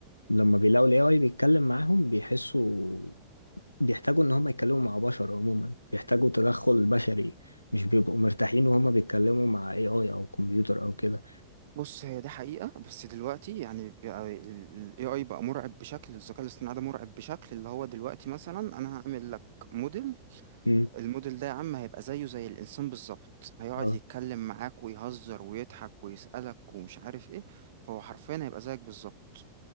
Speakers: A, on the left; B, on the right.
A: لما بيلاقوا ال AI بيتكلم معاهم بيحسوا بيحتاجوا إن هم يتكلموا مع بشر عموما بيحتاجوا تدخل بشري مش بيبقوا مرتاحين وهما بيتكلموا مع AI أو كمبيوتر أو كده
B: بص هي دي حقيقة بس دلوقتي يعني بقى ال ال AI بقى مرعب بشكل الذكاء الاصطناعي ده مرعب بشكل اللي هو دلوقتي مثلا انا هعمل لك موديل
A: مم.
B: الموديل ده يا عم هيبقى زيه زي الانسان بالظبط هيقعد
A: آه.
B: يتكلم معاك ويهزر ويضحك ويسألك ومش عارف ايه فهو حرفيا هيبقى زيك بالظبط